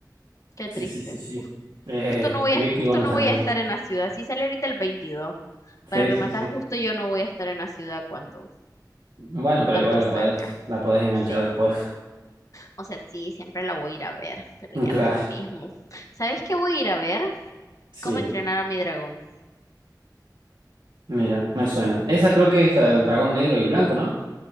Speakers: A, on the left; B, on the right.
A: Qué
B: sí,
A: triste.
B: sí, sí, sí.
A: Uf,
B: Eh,
A: justo no voy a,
B: vi que
A: justo
B: iban
A: no
B: a sacar
A: voy a
B: eso.
A: estar en la ciudad. Sí, sale ahorita el veintidós,
B: Sí,
A: Para rematar,
B: sí, sí.
A: justo yo no voy a estar en la ciudad cuando,
B: Bueno, pero
A: cuando
B: igual la
A: salga.
B: podés, la podés enganchar
A: O sea,
B: después. <laughs>
A: O sea, sí, siempre la voy a ir a ver, pero ya
B: Claro,
A: no es lo mismo. ¿Sabes qué voy a ir a ver?
B: sí.
A: ¿Cómo entrenar a mi dragón?
B: Mira, me suena. Esa creo que es la del dragón negro y el blanco, ¿no?